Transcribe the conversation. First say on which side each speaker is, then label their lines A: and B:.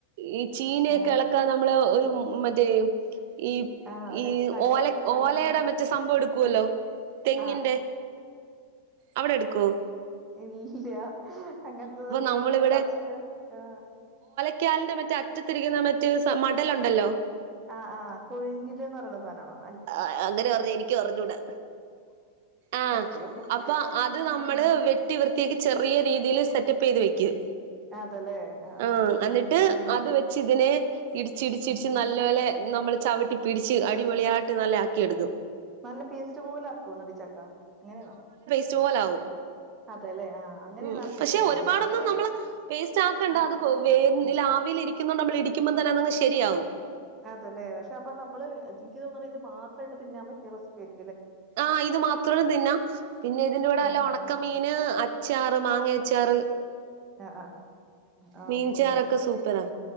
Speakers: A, on the right (about 50°); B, on the right (about 20°).
A: ഈ ചീനിയൊക്കെ
B: ആ.
A: ഇളക്കാൻ നമ്മള് ഒരു മറ്റേ <inaudible> ഈ
B: ആ ഒരു
A: ഈ
B: കട
A: ഓല
B: കടഞ്ഞെടുക്ക
A: ഓലയുടെ മറ്റേ സംഭവം എടുക്കുവല്ലോ തെങ്ങിന്റെ
B: ആ.
A: അവിടെ എടുക്കുവോ
B: ഇല്ല്യാ അങ്ങനത്തതൊക്കെ
A: നമ്മളിവിടെ
B: എനിക്ക് ഫസ്റ്റ് ആ
A: ക്കാലിന്റെ മറ്റേ അറ്റത്തിരിക്കുന്ന മറ്റേ മടലുണ്ടല്ലോ
B: ആ ആ കൊഴിഞ്ഞില്ന്ന് പറയുന്ന സാധനമാണോ
A: ആ അങ്ങനെ പറഞ്ഞ എനിക്കും അറിഞ്ഞൂടാ ആ
B: അയ്യോ!
A: അപ്പൊ അത്
B: ആഹ്
A: നമ്മള്
B: ആഹ്.
A: വെട്ടി വൃത്തിയാക്കി ചെ റിയ രീതിയിൽ സെറ്റപ്പ് ചെയ്ത് വെയ്ക്കും
B: അതല്ലേ.
A: ആ എന്നിട്ട്
B: നല്ല ആ.
A: അത് വെച്ച് ഇതിനെ ഇടിച്ച് ഇടച്ചിടിച്ച്
B: ഉം.
A: നല്ലപോലെ നമ്മള് ചവിട്ടി പിടിച്ച് അടിപൊളിയാ നല്ല ആക്കിയെടുക്കും
B: നല്ല പേസ്റ്റ് പോലെ ആക്കുവോന്നിട്ട് ഈ ചക്ക അങ്ങനെയാണോ
A: പോലാവും
B: അതെല്ലേ. ആ അങ്ങനെയാണ്
A: മ്
B: ആക്കി
A: പക്ഷെ
B: എടുക്കേണ്ടത്
A: ഒരുപാടൊന്നും
B: ല്ലേ? അതപ്പോ
A: നമ്മള് പേസ്റ്റ് ആക്കണ്ട
B: ആ
A: അത് വ
B: ആ.
A: ആവിൽ ഇരിക്കുന്നുണ്ട് നമ്മൾ ഇടിക്കുമ്പോ തന്നെ ശെ ശരിയാവും
B: അതേല്ലെ പക്ഷെ അപ്പൊ നമ്മള് എനിക്ക് തോന്നണ് ഇത് മാത്രമായിട്ട് തിന്നാൻ പറ്റിയ റെസിപ്പി ആയിരി
A: ആ ഇത് മാത്രവും തിന്നാം പിന്നെ ഇതിന്റൂടെ വല്ല
B: ആഹ് ആഹ്
A: ഉണക്കമീന്
B: ആഹ്.
A: അച്ചാ ച്ചാറ് മാങ്ങ അച്ചാറ്
B: ആ ആ
A: മീൻചാറൊക്കെ
B: ഓക്കെ
A: സൂപ്പറാ